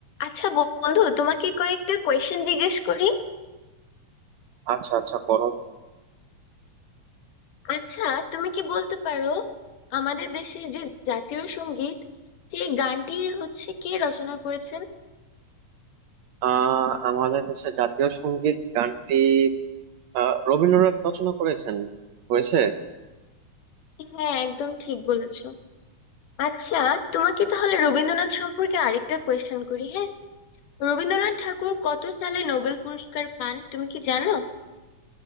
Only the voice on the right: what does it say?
আচ্ছা আচ্ছা করো
আহ আমাদের দেশে জাতীয় সঙ্গীত গানটি আহ, রবীন্দ্রনাথ রচনা করেছেন হয়েছে